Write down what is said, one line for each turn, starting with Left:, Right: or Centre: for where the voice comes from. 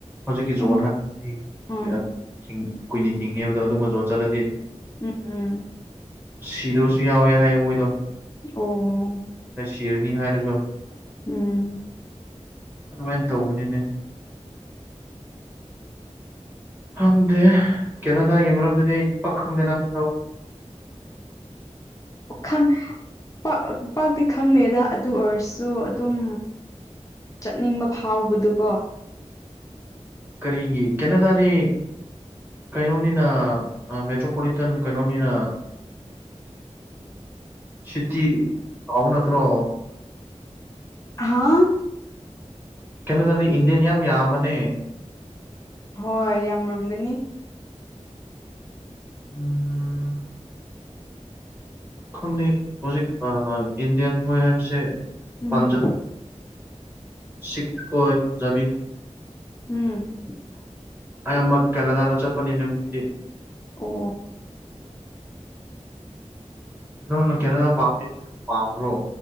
Right: ꯍꯧꯖꯤꯛꯀꯤ
Left: ꯑꯗꯨꯝ
Right: ꯖꯣꯟ ꯍꯥꯏꯔꯗꯤ
Left: ꯎꯝ
Right: ꯑ ꯍꯤꯡ ꯀꯨꯏꯅ ꯍꯤꯡꯉꯦꯕꯗꯣ ꯑꯗꯨꯒꯨꯝꯕ ꯖꯣꯟ ꯆꯠꯂꯗꯤ꯫
Left: ꯎꯝ ꯎꯝ
Right: ꯁꯤꯗꯕꯁꯨ ꯌꯥꯎꯋꯦ ꯍꯥꯏꯌꯦ ꯃꯣꯏꯗꯣ
Left: ꯑꯣ
Right: ꯁꯤꯔꯅꯤ ꯍꯥꯏꯔꯨꯖꯣ
Left: ꯎꯝ
Right: ꯑꯗꯨꯃꯥꯏꯅ ꯇꯧꯕꯅꯤꯅꯦ꯫ ꯈꯪꯗꯦ ꯀꯦꯅꯥꯗꯥꯒꯤ ꯃꯔꯝꯗꯗꯤ ꯑꯩ ꯄꯥꯛ ꯈꯪꯗꯦꯅ ꯍꯥꯏꯔꯎ
Left: ꯈꯪ ꯄꯥꯛ ꯄꯥꯛꯇꯤ ꯈꯪꯗꯦꯗ ꯑꯗꯨ ꯑꯣꯏꯔꯁꯨ ꯑꯗꯨꯝ ꯆꯠꯅꯤꯡꯕ ꯐꯥꯎꯕꯗꯨꯀꯣ
Right: ꯀꯔꯤꯒꯤ ꯀꯦꯅꯥꯗꯥꯗꯤ ꯀꯩꯅꯣꯅꯤꯅ ꯃꯦꯇ꯭ꯔꯣꯄꯣꯂꯤꯇꯟ ꯀꯩꯅꯣꯅꯤꯅ ꯁꯤꯇꯤ ꯆꯥꯎꯅꯠꯇ꯭ꯔꯣ
Left: ꯍꯥꯥ?
Right: ꯀꯩꯅꯣꯗꯗꯤ ꯏꯟꯗꯤꯌꯥꯟ ꯌꯥꯝ ꯌꯥꯝꯕꯅꯦ
Left: ꯍꯣꯏ ꯌꯥꯝ ꯃꯔꯝꯒꯅꯤ
Right: ꯎꯝ ꯈꯪꯗꯦ ꯍꯧꯖꯤꯛ ꯏꯟꯗꯤꯌꯥꯟ ꯍꯣꯏ ꯍꯥꯏꯕꯁꯦ
Left: ꯎꯝ
Right: ꯄꯟꯖꯥꯕ ꯁꯤꯀꯣꯖꯕꯤ
Left: ꯎꯝ
Right: ꯑꯩꯌꯥꯝꯃꯛ ꯀꯦꯅꯥꯗꯥꯗ ꯆꯠꯄꯅꯤꯅꯦ ꯃꯣꯏꯗꯤ
Left: ꯑꯣ
Right: ꯅꯪꯅ ꯀꯦꯩꯅꯣꯗ ꯄꯥꯝꯃꯦ ꯄꯥꯝꯕ꯭ꯔꯣ